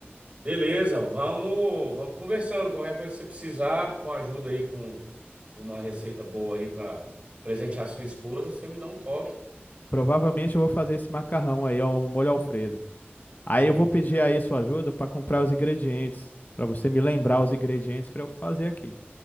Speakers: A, on the right; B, on the left.
A: Beleza, vamos, vamos conversando. Qualquer coisa que você precisar, com ajuda aí, com, com uma receita boa aí para presentear sua esposa, você me dá um toque.
B: Provavelmente eu vou fazer esse macarrão aí, ó, o molho Alfredo. Aí
A: Sim,
B: eu vou pedir aí sua ajuda para comprar os ingredientes, para você me lembrar os ingredientes para eu fazer aqui.